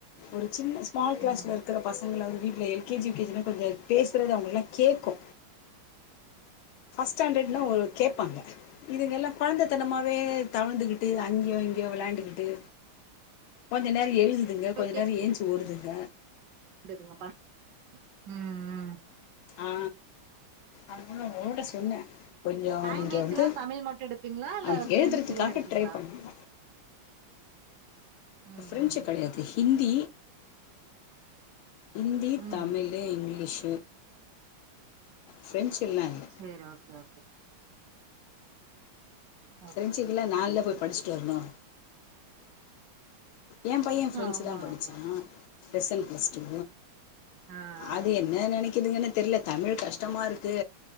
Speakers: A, on the left; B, on the right.
A: ஒரு சின்ன ஸ்மால் கிளாஸ்ல
B: ம்
A: இருக்கிற பசங்களாவது வீட்ல எல் கே ஜி இதுமே கொஞ்சோ பேசுறது அவுங்களுக்குலா கேக்கு பஸ்ட் ஸ்டாண்டர்ட்ன்னா ஒரு கேப்பாங்க இதுங்க எல்லா கொழந்தத்தனமாவே தவழ்ந்துகிட்டு அங்கயு இங்கயு விளாண்டுக்கிட்டு கொஞ்ச நேரோ எழுதுதுங்க
B: இப்ப
A: கொஞ்ச நேரோ ஏஞ்சு ஓடுதுங்க
B: ஓடுதுங்கப்பா ம் ம்
A: ஆ அதனால ஓட சொன்ன கொஞ்சோ
B: லாங்குவேஜ்லா
A: நீங்க வந்து
B: தமிழ் மட்டு எடுப்பீங்களா இல்ல
A: அவனுக்கு
B: ஃப்ரெண்ட்ஸ்
A: எழுதுறத்துகாக
B: எல்லா எடுப்பீங்களா
A: ட்ரை பண்ணுங்க
B: ம்
A: ஃப்ரெஞ்சு
B: ம்
A: கெடயாது ஹிந்தி ஹிந்தி
B: ம்
A: தமிழ் ழு இங்கிலீஷ பிரெஞ்சு எல்லா இல்ல
B: சரி ஓக்கே ஓகே ஓகே
A: பிரெஞ்சுக்குல்லா நால போய் படிச்சுட்டு வரணு எ பைய ஃப்ரெஞ்சு
B: ஆமா
A: தாபடிச்சா
B: ஆமா
A: பிளஸ் ஒன் ப்ளஸ் டூ
B: ஆ ஆ
A: அது என் என்ன நெனக்குதுங்கன்னு தெர்ல தமிழ் கஷ்டமா இருக்கு